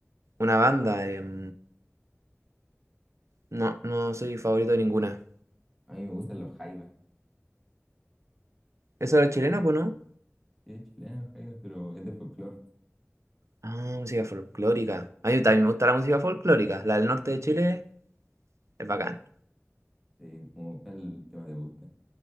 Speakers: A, on the right; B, in the centre.
A: Una banda, em, no, no soy favorito de ninguna.
B: A mí me gustan los Jaivas.
A: ¿Eso era chilena, pues no?
B: Sí, es chilena los Jaivas, pero es de folclore.
A: Ah, música folclórica. A mí también me gusta la música folclórica. La del norte de Chile es bacán.
B: Eh, como cuál tema te gusta.